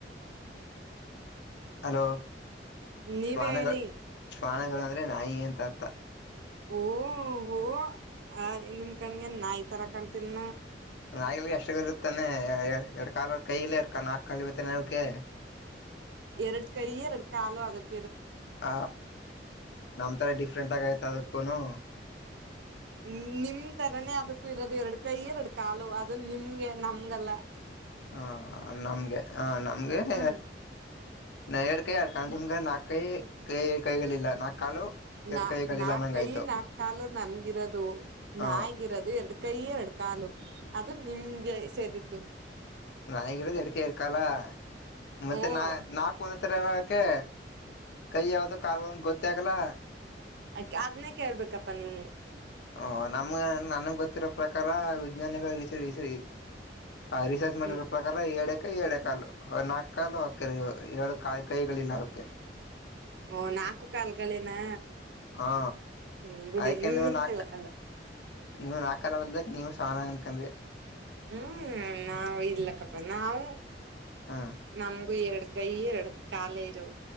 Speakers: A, on the left; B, on the right.
A: ಹಲೋ
B: ನೀವೇ
A: ಶ್ವಾನಗಳು
B: ಹೇಳಿ
A: ಶ್ವಾನಗಳಂದ್ರೆ ನಾಯಿ ಎಂತ ಅರ್ಥ
B: ಓ ಹೋ ಆ ನಿಮ ಕಣಗೆ ನಾಯಿ ತರ ಕಾಣ್ತನ್
A: ನಾಯಲ್ ಎಷ್ಟಗ ಇತ್ತಾನೆ ಎರಡ್ ಕಾಾಲ ಕೈಲ್ಲ ಎರಡ್ ಕಾ ನಾಲ್ ಕಾಲ್ ಇವತ್ತ ಓಕೆ
B: ಎರಡ್ ಕೈ ಎರಡು ಕಾಲು ಅದಕ್
A: ಹ ನಮ ತರ ಡಿಫ್ರೆಂಟ್ ಆಗ ಆಯ್ತ ಅದಕ್ಕೂನು
B: ಹ ನಿಮ ತರನೆೇ ಅದಕ್ಕೂ ಇರೋದು ಎರಡ್ ಕೈ ಎರಡ್ ಕಾಲು ಅದು ನಿಮ್ಗೆ ನಮ್ಗೆಲ್ಲ
A: ಹಾ ನಮ್ಗೆ ಹ ನಮ್ಗೆ ಹ
B: ಹ್ಮ್
A: ನ ಎರಡ್ ಕೈಿ ಆಡ್ಕೊಂಡು ನಿಮ್ಗ ನಾಕ್ಕೈ ಕೈ ಕೈಗಳಿಲ್ಲಾ ನಾಕ್ ಕಾಲು ಎರಡ್
B: ನಾ
A: ಕೈಗಳಿಲ್ಲ
B: ನಾ
A: ನಂಗ
B: ಕೈ
A: ಆಯ್ತು
B: ನಾಲ್ ಕಾಲು ನನ್ಗಿರೋದು
A: ಹ
B: ನಾಯಗಿರೋದು ಎರಡ್ ಕೈ ಎರಡು ಕಾಲು ಅದು ನಿಮ್ಗೆ ಸೇರಿದ್ದು
A: ನಾಗಿಡದ ಎಡಿಕೆ ಇರ್ಕಲ್ಲ ಮತ್ತೆ
B: ಹ್ಮ
A: ನಾ ನಾಕು ಒಂದತ್ರರ ಯಾವಕೆ ಕೈ ಯಾವ್ದೋ ಕಾರ್ ಗೊತ್ತ ಆಗಲ್ಲ
B: ಆಯ್ೆ ಅದನ ಕೇಳ್ಬೇಕಪ್ಪಾ ನೀವು
A: ಓ ನಮ್ಗೆ ನನ್ಗ್ ಗೊತ್ತಿರೋ ಪ್ರಕಾರ ವಿಜ್ಞಾನಿಗಳುರಿ ಸರಿ ಆ ರಿಸರ್ಚ್ ಮಾಡಿರೋ
B: ಹ್ಮ್
A: ಪ್ರಕಾರ ಎಏಡೆಕ ಎಏಡೆ ಕಾಲು ನಾಲ್ಕು ಕಾಲ್ಕ ಏಳ ಕಾಯಿ ಕೈಗಳಿಲ್ಲ ಅದಕ್ಕೆ
B: ಓ ನಾಲ್ಕು ಕಾಲ್ಗಳೇನಾ
A: ಹಾ
B: ಹ್ಮ್ ಬಿಡಿ
A: ಅದಕ್ಕೆನ್ನು
B: ನಿಮ್ಮಿನ್
A: ನಾಕ
B: ತಿಳ್ಕಂದ
A: ನೀವು್ ನಾಕಲ್ ಅದ್ರಲ್ದಕ್ ನೀವು ಶಾನ ಅನ್ಕೊಂಡ್ರಿ
B: ಹ್ಮ್ ನಾವವು ಇಲ್ಲಕ್ಕಪ್ಪ ನಾವು
A: ಹಾ
B: ನಮ ಎರಡು ಕೈ ಎರಡು ಕಾಲ ಇರ